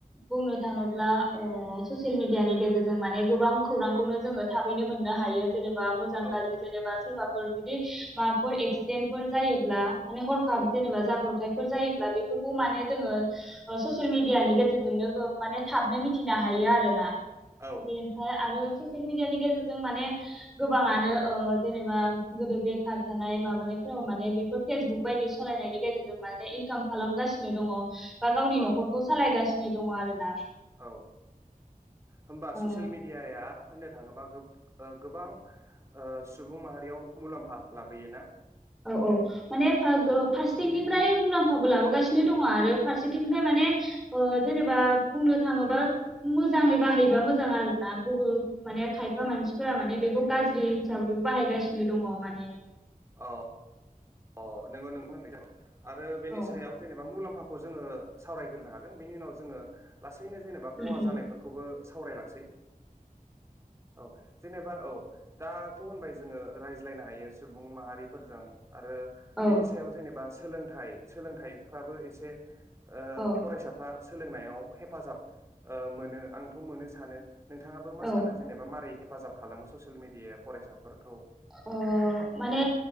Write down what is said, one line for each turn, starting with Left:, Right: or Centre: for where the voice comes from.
Centre: बुंनो थाङोब्ला ओ ससियेल मिडियानि गेजेरजों माने गोबां खौरांखौनो जोङो थाबैनो मोननो हायो जेनेबा जा
Right: औ
Centre: जि जेनेबा सोरबा फोर बिदि माबाफोर एक्सिडेन्टफोर जायोब्ला माने हरखाब
Right: औ
Centre: जेनेबा जाब्र'बथाइ फोर जायोब्ला बेफोरखौ माने जोङो ओ ससियेल मिडियानि गेजेरजोंनो ओ माने थाबनो मिथिनो हायो आरो ना।
Right: औ
Centre: बेनिफ्राय आरो ससियेल मिडिया नि गेजेरजों माने गोबाङानो जेनेबा गोदो बेखार थानाय माबानायफोराव माने बेफोर फेसबुक बायदि सालायनायनि गेजेरजों माने इनकाम खालामगासिनो दङ। बा गावनि
Right: औ
Centre: न'खरखौ सालायगासिनो नाय दङ आरो ना।
Right: औ होमबा
Centre: ओ
Right: ससियेल मिडियााया होननो थाङोब्ला। बा गो-गोबां ओ सुबुं माहारियाव मुलाम्फा लाबोयो ना।
Centre: औ औ माने फा-गो-फारसेथिंनिफ्राय मुलाम्फाबो लाबोगासिनो दङ आरो फारसेथिंनिफ्राय माने ओ जेनेबा बुंनो थाङोबा मोजाङै बाहायोबा मोजां आरोना गुबुन माने खायफा मानसिफोरा माने बेखौ गाज्रि हिसाबैबो बाहायगासिनो दङ माने
Right: औ अ नोंगौ <inaudible> आरो बेनि
Centre: औ
Right: सायाव जेनेबा मुलाम्फा। जोंडो सावरायग्रोनो हागोन बेनि उनाव जोंडो लासै। हैनो जेनेबा
Centre: उम
Right: खहा
Centre: उम
Right: जानायफोरखौबो सावरायलांसै। औ जेनेबा औ। दाथ' होनबाय जोङो रायज्लायनो हायो सुबुं माहारिफोरजों। आरो बेनि
Centre: औ
Right: सायाव जेनेबा सोलोंथाइ सोलोंथाइफ्राबो एसे। ओ
Centre: औ
Right: फरायसाफ्रा सोलोंनायाव हेफाजाब मोनो आंथ' मोनो सानो। नोंथाङाबो मा
Centre: औ
Right: सानो जेनेबा मारै हे हेफाजाब खालामो ससियेल मिडिया फरायसाफोरखौ।
Centre: अ माने